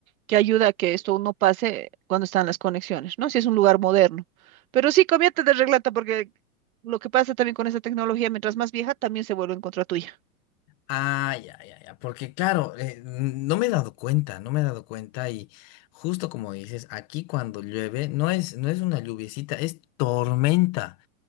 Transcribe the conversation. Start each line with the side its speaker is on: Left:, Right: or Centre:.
Right: que ayuda a que esto no pase cuando están las conexiones, ¿no? Si es un lugar moderno. Pero sí, cámbiate de regleta porque lo que pasa también con esta tecnología, mientras más vieja, también se vuelve en contra tuya.
Left: Ah, ya, ya, ya, porque claro, eh, no me he dado cuenta, no me he dado cuenta y justo como dices, aquí cuando llueve no es, no es una lluviecita, es tormenta.